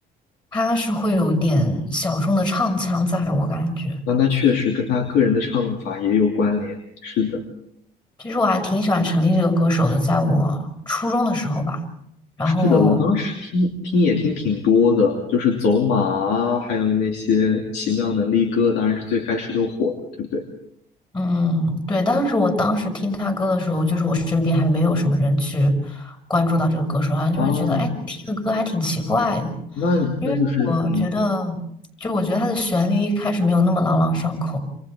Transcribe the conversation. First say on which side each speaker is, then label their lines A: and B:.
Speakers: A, on the left; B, on the left.
A: 它是会有一点小众的唱腔在，我感觉。
B: 那那确实跟他个人的唱法也有关联。是的。
A: 其实我还挺喜欢陈粒这个歌手的，在我初中的时候吧。然后，
B: 是的，我当时听听也听挺多的，就是走马啊，还有那些奇妙能力歌，当然是最开始就火的，对不对？
A: 嗯，对，当时我当时听他歌的时候，就是我身边还没有什么人去关注到这个歌手啊，然后就会觉得，
B: 啊，
A: 哎，你听的歌还挺奇怪的，
B: 那那就是嗯，
A: 因为我觉得，就我觉得他的旋律一开始没有那么朗朗上口。